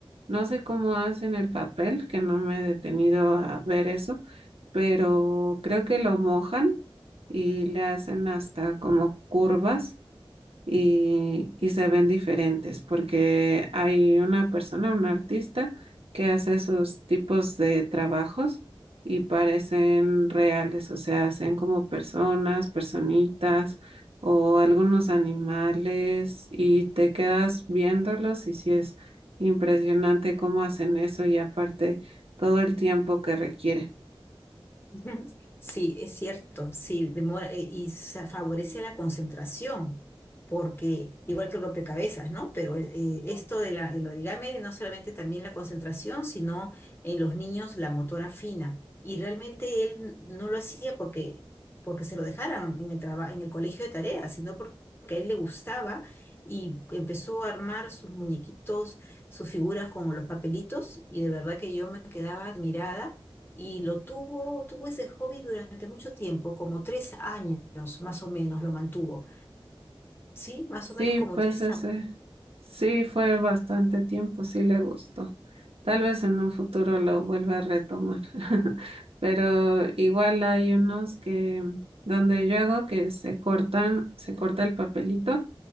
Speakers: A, on the right (about 85°); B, on the left (about 25°).
A: no sé cómo hacen el papel, que no me he detenido a ver eso, pero creo que lo mojan y le hacen hasta como curvas y, y se ven diferentes porque hay una persona, un artista que hace esos tipos de trabajos y parecen reales, o sea, hacen como personas, personitas o algunos animales y te quedas viéndolos y sí es impresionante cómo hacen eso y aparte todo el tiempo que requiere.
B: Ujú. Sí, es cierto, sí, demora eh, y se favorece la concentración, porque igual que el rompecabezas, ¿no? Pero eh, eh, esto de la, del origami no solamente también la concentración, sino en los niños la motora fina. Y realmente él no lo hacía porque, porque se lo dejaran en el traba- en el colegio de tareas, sino por- porque a él le gustaba y empezó a armar sus muñequitos, sus figuras con los papelitos, y de verdad que yo me quedaba admirada y lo tuvo, tuvo ese hobby durante mucho tiempo, como tres años más o menos lo mantuvo, ¿sí? Más
A: Sí,
B: o menos como
A: pues
B: tres
A: ese,
B: años.
A: sí fue bastante tiempo, sí le gustó. Tal vez en un futuro lo vuelva a retomar, <laughs> pero igual hay unos que donde yo hago que se cortan, se corta el papelito,